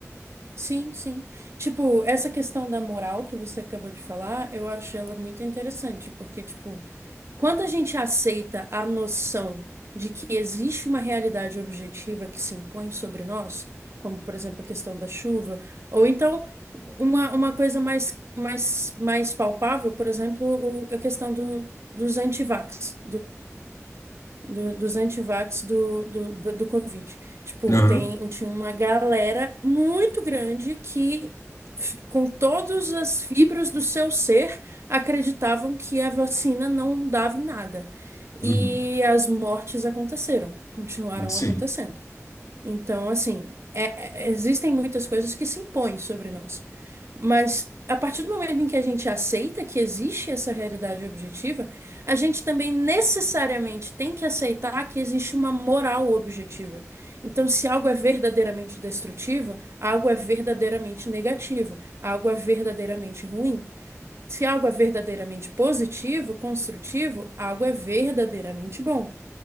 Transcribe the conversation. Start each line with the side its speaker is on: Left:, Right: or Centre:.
Right: sim, sim. Tipo, essa questão da moral que você acabou de falar, eu acho ela muito interessante, porque, tipo, Quando a gente aceita a noção de que existe uma realidade objetiva que se impõe sobre nós, como, por exemplo, a questão da chuva, ou então uma, uma coisa mais, mais, mais palpável, por exemplo, o- a questão do, dos antivax, do- dos antivax do, do, do, do Covid. Tipo,
Left: Aham.
Right: tem, tinha uma galera muito grande que, com todas as fibras do seu ser, acreditavam que a vacina não dava em nada. E
Left: Uhum.
Right: as mortes aconteceram, continuaram
Left: Sim.
Right: acontecendo. Então, assim, é- é- existem muitas coisas que se impõem sobre nós. Mas a partir do momento em que a gente aceita que existe essa realidade objetiva, a gente também necessariamente tem que aceitar que existe uma moral objetiva. Então, se algo é verdadeiramente destrutivo, algo é verdadeiramente negativo, algo é verdadeiramente ruim. Se algo é verdadeiramente positivo, construtivo, algo é verdadeiramente bom.